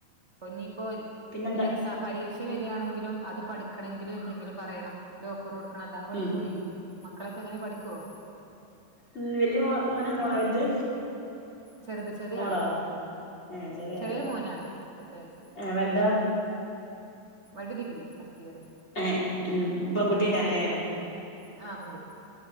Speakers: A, on the right (about 80°); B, on the left (about 20°).
A: കൊഞ്ഞി ഇപ്പോ
B: പിന്നെന്താ
A: ഏത് എക്സാം പരീക്ഷ വരികണെങ്കിലും അത് പഠിക്ക ആക്കണെങ്കിലും എന്തെങ്കിലും പറയണംല്ലോ കൊറ കൊടുക്കണല്ലാതെ പഠിക്കൂലേ
B: ഉം
A: മക്കളൊക്കെ എങ്ങനെ പഠിക്കുവോ
B: ഉം വല്യ മോള മോനോ
A: പഠി
B: മോളോ വലുത്
A: ചെറുത് ചെറിയ
B: മോളോ
A: ആള്
B: ഏ ചെറിയ
A: ചെറിയൊരു
B: ആള്
A: മോനാ പത്ത് വയസ്സ്
B: ഏ വലുതോ
A: വലുദ് ഡിഗ്രി കേറ്
B: ഏ പെൺകുട്ടിയേക്കാരല്ലേ
A: ഉം ആ പെൺകുട്ടി